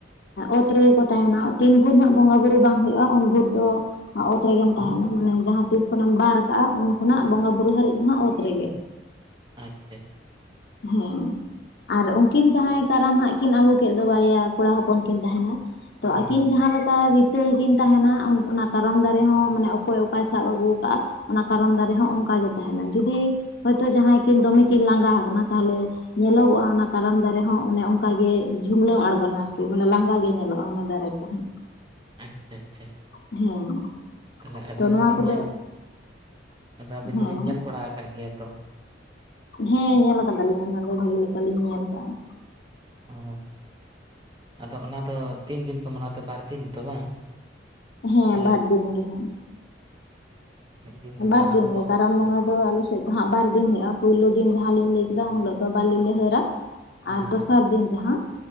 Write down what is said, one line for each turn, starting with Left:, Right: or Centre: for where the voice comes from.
Left: ᱚᱛ ᱨᱮᱜᱮ ᱠᱚ ᱛᱟᱦᱮᱱᱟ ᱛᱤᱱ ᱵᱷᱳᱨ ᱦᱟᱸᱜ ᱵᱚᱸᱜᱟᱼ ᱵᱩᱨᱩ ᱵᱟᱝ ᱦᱩᱭᱩᱜᱼᱟ ᱩᱱ ᱵᱷᱳᱨ ᱫᱚ ᱚᱛ ᱨᱮᱜᱮᱢ ᱛᱟᱦᱮᱱᱟ ᱢᱟᱱᱮ ᱡᱟᱦᱟᱸ ᱛᱤᱥ ᱠᱷᱚᱮᱢ ᱵᱟᱨ ᱠᱟᱜᱼᱟ ᱩᱱ ᱠᱷᱚᱱᱟᱜ
Right: ᱟᱪᱪᱷᱟ
Left: ᱵᱚᱸᱜᱟ ᱵᱩᱨᱩ ᱦᱟᱹᱨᱤᱡ ᱫᱚ ᱦᱟᱸᱜ ᱚᱛ ᱨᱮᱜᱮ᱾
Right: ᱟᱪᱪᱷᱟ ᱟᱪᱪᱷᱟ
Left: ᱦᱮᱸ ᱟᱨ ᱩᱱᱠᱤᱱ ᱡᱟᱦᱟᱸᱭ ᱠᱟᱨᱟᱢ ᱦᱟᱸᱜ ᱠᱤᱱ ᱟᱹᱜᱩ ᱠᱮᱫ ᱫᱚ ᱵᱟᱨᱭᱟ ᱠᱚᱲᱟ ᱦᱚᱯᱚᱱ ᱠᱤᱱ ᱛᱟᱦᱮᱱᱟ ᱛᱚ
Right: ᱦᱳᱭ
Left: ᱟᱹᱠᱤᱱ ᱡᱟᱦᱟᱸ ᱞᱮᱠᱟ ᱛᱮᱠᱤᱱ ᱛᱟᱦᱮᱱᱟ ᱚᱱᱟ ᱠᱟᱨᱟᱢ ᱫᱟᱨᱮ ᱦᱚᱸ ᱢᱟᱱᱮ ᱚᱠᱚᱭ ᱚᱠᱟᱭ ᱥᱟᱵ ᱟᱹᱜᱩ ᱟᱠᱟᱫᱟᱼᱟ ᱚᱱᱟ ᱠᱟᱨᱟᱢ ᱫᱟᱨᱮ ᱦᱚᱸ ᱚᱱᱠᱟᱟᱜ ᱜᱮ ᱛᱟᱦᱮᱱᱟ ᱡᱩᱫᱤ ᱦᱚᱳᱭᱛᱳ ᱡᱟᱦᱟᱸᱭ ᱠᱤᱱ ᱫᱚᱢᱮ ᱠᱤᱱ ᱞᱟᱸᱜᱟ ᱟᱠᱟᱱᱟ ᱛᱟᱦᱚᱞᱮ, ᱧᱮᱞᱚᱜᱚᱜᱼᱟ ᱚᱱᱟ ᱠᱟᱨᱟᱢ ᱫᱟᱨᱮ ᱦᱚᱸ ᱢᱟᱱᱮ ᱚᱱᱠᱟᱜᱮ ᱡᱷᱩᱞᱟᱹᱣ ᱟᱬᱜᱚᱱᱟ ᱟᱨᱠᱤ ᱢᱟᱱᱮ ᱞᱟᱸᱜᱟ ᱜᱮ ᱧᱮᱞᱚᱜᱼᱟ ᱚᱱᱟ ᱫᱟᱨᱮ ᱠᱚᱦᱚᱸ ᱾
Right: ᱟᱪᱪᱷᱟ ᱟᱪᱪᱷᱟ ᱾
Left: ᱦᱮᱸ
Right: ᱛᱟᱦᱚᱞᱮ ᱟᱹᱵᱤᱱ
Left: ᱛᱚ ᱱᱚᱣᱟ
Right: ᱫᱚᱵᱤᱱ
Left: ᱠᱚᱫᱚ
Right: ᱧᱮᱞ ᱟᱫᱚ ᱟᱹᱵᱤᱱ
Left: ᱦᱮᱸ
Right: ᱫᱚᱵᱤᱱ ᱧᱮᱞ ᱵᱟᱲᱟ ᱟᱠᱟᱫ ᱜᱮᱭᱟ ᱛᱚ?
Left: ᱦᱮᱸ ᱧᱮᱞ ᱠᱟᱫᱟᱞᱤᱧ ᱚᱱᱟ ᱫᱚ ᱵᱷᱟᱜᱤ ᱞᱮᱠᱟᱞᱤᱤᱧ ᱧᱮᱞ ᱟᱠᱟᱫᱟᱼᱟ ᱾
Right: ᱚ ᱟᱫᱚ ᱚᱱᱟ ᱫᱚ ᱛᱤᱱ ᱫᱤᱱ ᱠᱚ ᱢᱟᱱᱟᱣᱛᱮ ᱵᱟᱨ ᱫᱤᱱ ᱛᱚ ᱵᱟᱝ?
Left: ᱦᱮᱸ
Right: ᱥᱮ
Left: ᱵᱟᱨ ᱫᱤᱱ ᱜᱮ ᱾
Right: ᱢᱤᱫ ᱫᱤᱱ
Left: ᱵᱟᱨᱫᱤᱱ
Right: ᱫᱚ ᱠᱟᱨᱟᱢ ᱠᱚ
Left: ᱜᱮ ᱠᱟᱨᱟᱢ ᱵᱚᱸᱜᱟ ᱫᱚ ᱟᱞᱮ ᱥᱮᱫ ᱫᱚ ᱦᱟᱸᱜ ᱵᱟᱨ ᱫᱤᱱ ᱦᱩᱭᱩᱜᱼᱟ ᱯᱳᱭᱞᱳ ᱫᱤᱱ ᱡᱟᱦᱟᱸᱞᱤᱧ ᱞᱟᱹᱭ ᱠᱮᱫᱟ ᱩᱱ ᱦᱤᱞᱳᱜ ᱫᱚ ᱵᱟᱞᱤ ᱞᱮ ᱦᱟᱺᱨᱟ ᱾
Right: ᱦᱮᱸ
Left: ᱟᱨ ᱫᱚᱥᱟᱨ ᱫᱤᱱ ᱡᱟᱦᱟᱸ